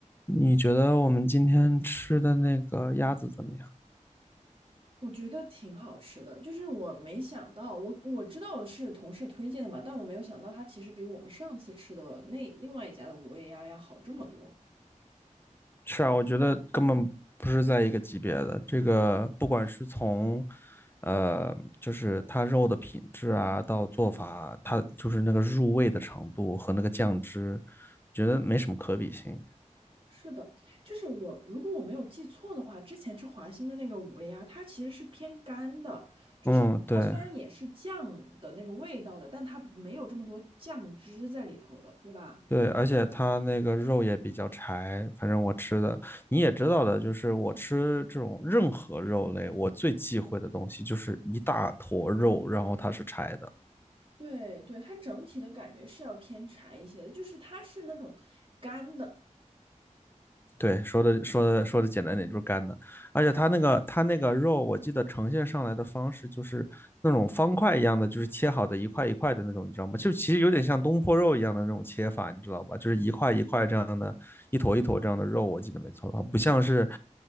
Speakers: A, on the left; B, on the right.
A: 你觉得我们今天吃的那个鸭子怎么样？
B: 我觉得挺好吃的，就是我没想到，我我知道是同事推荐的嘛，但我没有想到它其实比我们上次吃的那另外一家的五味鸭要好这么多。
A: 是啊，我觉得根本不是在一个级别的。这个不管是从，呃，就是它肉的品质啊，到做法，它就是那个入味的程度和那个酱汁，觉得没什么可比性。
B: 是的，就是我如果我没有记错的话，之前吃华兴的那个五味鸭，它其实是偏干的，就是它虽然也是酱的那个味道的，
A: 嗯，对
B: 但它没有这么多酱汁在里头的，对吧？
A: 对，而且它那个肉也比较柴，反正我吃的你也知道的，就是我吃这种任何肉类，我最忌讳的东西就是一大坨肉，然后它是柴的。
B: 对对，它整体的感觉是要偏柴一些的，就是它是那种干的。
A: 对，说的说的说的简单点就是干的，而且它那个它那个肉，我记得呈现上来的方式就是那种方块一样的，就是切好的一块一块的那种，你知道吗？就其实有点像东坡肉一样的那种切法，你知道吧？就是一块一块这样的，一坨一坨这样的肉，我记得没错的话，不像是